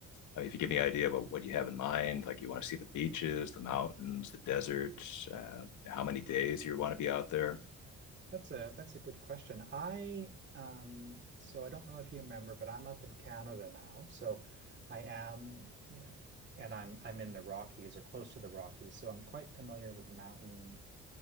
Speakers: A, on the left; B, on the right.
A: I mean, if you give me an idea about what you have in mind, like you want to see the beaches, the mountains, the desert, uh, how many days you want to be out there.
B: That's a that's a good question. I um so I don't know if you remember, but I'm up in Canada now. So I am yeah, and I'm I'm in the Rockies or close to the Rockies, so I'm quite familiar with mountain